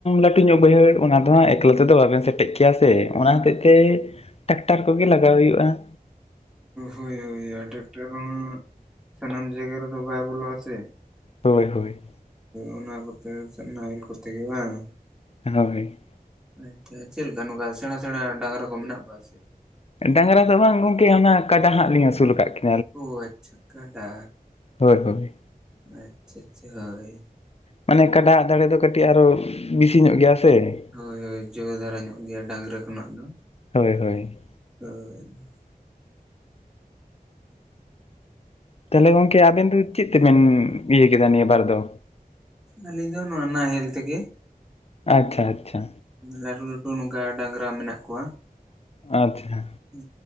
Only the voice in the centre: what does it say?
ᱦᱳᱭ ᱦᱳᱭ, ᱴᱟᱠᱴᱟᱨ ᱦᱚᱸ ᱥᱟᱱᱟᱢ ᱡᱟᱭᱜᱟ ᱨᱮᱫᱚ ᱵᱚᱞᱚᱜᱼᱟ ᱥᱮ᱾
ᱚᱱᱟ ᱠᱚᱛᱮ ᱪᱮ ᱱᱟᱦᱮᱞ ᱠᱚᱛᱮ ᱜᱮ ᱵᱟᱝ?
ᱟᱪᱷᱟ ᱪᱮᱫᱞᱮᱠᱟ ᱱᱚᱝᱠᱟ ᱥᱮᱬᱟ ᱥᱮᱬᱟ ᱰᱟᱝᱜᱨᱟ ᱠᱚ ᱢᱮᱱᱟᱜ ᱠᱚᱣᱟ ᱥᱮ?
ᱚ ᱟᱪᱪᱷᱟ, ᱠᱟᱰᱟ
ᱟᱪᱪᱷᱟ ᱪᱷᱟ ᱦᱳᱭ ᱾
ᱦᱳᱭ ᱦᱳᱭ ᱡᱚᱨ ᱫᱷᱟᱨᱟ ᱧᱚᱜ ᱜᱮᱭᱟ ᱰᱟᱝᱨᱟ ᱠᱷᱚᱱᱟᱜ ᱫᱚ,
ᱦᱳᱭ
ᱟᱞᱤᱧ ᱫᱚ ᱦᱟᱸᱜ ᱱᱚᱣᱟ ᱱᱟᱦᱮᱞ ᱛᱮᱜᱮ ᱾
ᱞᱟᱹᱴᱩ ᱞᱟᱹᱴᱩ ᱱᱚᱝᱠᱟ ᱰᱟᱝᱨᱟ ᱢᱮᱱᱟᱜ ᱠᱚᱣᱟ ᱾
ᱦᱮ